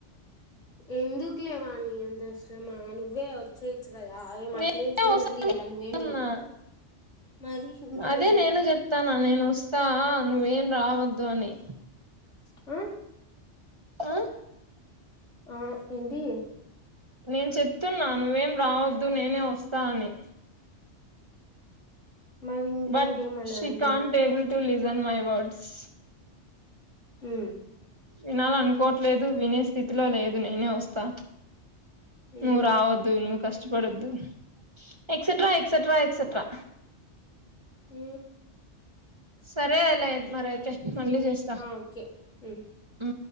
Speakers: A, on the left (about 85°); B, on the right (about 25°).
A: ఎందుకు లేవా నీ అంతాశ్రమా నువ్వే వచ్చేయి చ్చ కదా ఏం
B: నేనే
A: అట నుంచి కూడా ఉంది కదా నువ్వేమి
B: వస్తాన్నా
A: మరి ఇంకేంటి
B: అదే నేను చెప్తాను నేను వస్తా నువ్వేం రావద్దు అని
A: ఆ
B: ఆ
A: ఆ ఏంటిీ
B: నేను చెప్తున్నా నువ్వేం రావద్దు నేనే వస్తా అని
A: ఆ మరి ఇంక
B: బట్
A: ఇంకేమనా
B: she can't
A: aunty
B: able to ిజన్ my words
A: హ
B: వినాల అనుకోవట్లేదు వినే స్థితిలో లేదు నేనే వస్తా
A: ఉహు,
B: నువర్వద్దు నువ కష్టపడద్దు ఎక్సెట్రా ఎక్సెట్రా ఎక్సెట్రా
A: ఈ
B: సరే అలా మరి అయితే మళ్ళీ చేస్తా
A: ఆ ఓకే ఉమ్.
B: అ